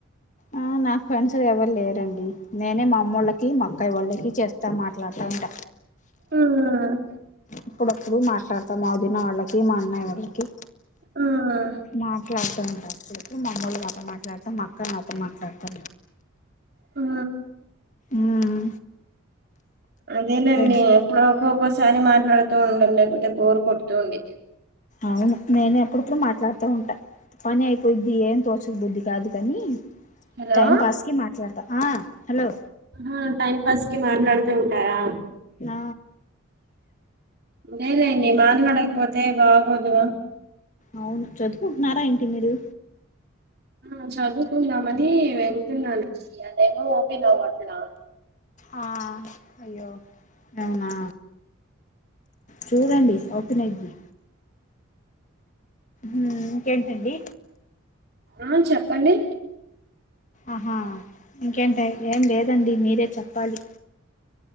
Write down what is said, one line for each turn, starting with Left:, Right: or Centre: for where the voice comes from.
Left: ఆ నాకు ఫ్రెండ్స్ ఎవరు లేరండి నేనే మా అమ్మ వాళ్ళకి మా అక్క వాళ్ళకి చేస్తా మాట్లాడుత ఉంట
Right: ఉమ్
Left: అప్పుడప్పుడు మాట్లాడతాం మాదిన వాళ్ళకి, మా అన్నయ వాళ్ళకి
Right: ఉమ్
Left: మాట్లాడు తా ఉంటాం అపుడప్పుడు మామ్మని నాతో మాట్లాడతాం అక్క నాతో మాట్లాడుతా
Right: ఆ
Left: మ్మ్
Right: అదేలేండి
Left: ఫ్రెండ్స్
Right: ఎప్పుడు ఒక్కొక్కోసారి మాట్లాడుతూ ఉండాలి. లేకపోతే బోరు కొడుతూ ఉండేది.
Left: అవును నేను అప్పుడప్పుడు మాట్లాడుతూ ఉంటా పని అయి బుద్ధి ఏం తోచదు బుద్ధి కాదు కాని
Right: హలో
Left: టైం పాస్ కి మాట్లాడతా ఆ హలో
Right: ఆ టైం పాస్ కి మాట్లాడుతూ ఉంటారా?
Left: నో
Right: ఇదేలెండి ఇన్ని మాల్లాడక పోతే బాగోదుగా
Left: అవును చదువుకుంటున్నారా ఏంటి మీరు?
Right: మ్ చదువుకుందామని వెళ్తున్నానుండి అదేమో ఓపన్ అవ్వట్ల
Left: ఆ అయ్యో నవునా చూడండి ఓపెన్ అయ్యిద్ది మ్ ఇంకేంటండి
Right: ఆ చెప్పండి
Left: ఆహా ఇంకేంటే ఏం లేదండి మీరే చెప్పాలి?